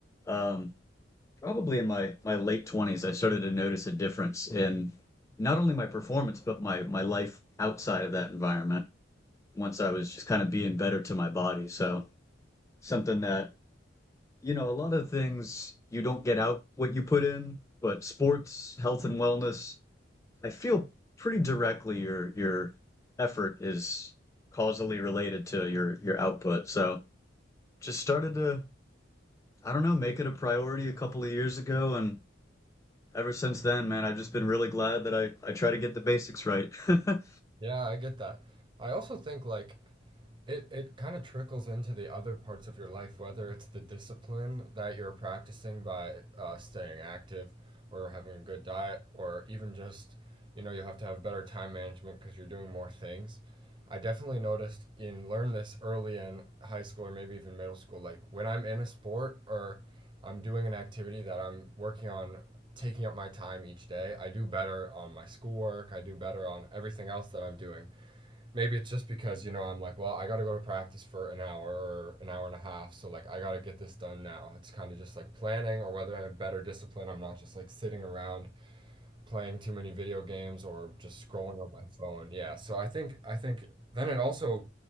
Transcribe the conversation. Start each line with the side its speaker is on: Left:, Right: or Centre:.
Left: um, probably in my my late 20s i started to notice a difference in not only my performance but my my life outside of that environment once i was just kind of being better to my body so something that you know a lot of things you don't get out what you put in but sports health and wellness i feel pretty directly your your effort is causally related to your your output so just started to I don't know, make it a priority a couple of years ago. And ever since then, man, I've just been really glad that I, I try to get the basics right. <laughs>
Right: Yeah, I get that. I also think like it it kind of trickles into the other parts of your life, whether it's the discipline that you're practicing by uh, staying active or having a good diet, or even just, you know, you have to have better time management because you're doing more things. I definitely noticed in learn this early in high school or maybe even middle school, like when I'm in a sport or I'm doing an activity that I'm working on taking up my time each day. I do better on my schoolwork. I do better on everything else that I'm doing. Maybe it's just because, you know, I'm like, well, I got to go to practice for an hour or an hour and a half. So, like, I got to get this done now. It's kind of just like planning, or whether I have better discipline. I'm not just like sitting around playing too many video games or just scrolling on my phone. Yeah, so I think I think then it also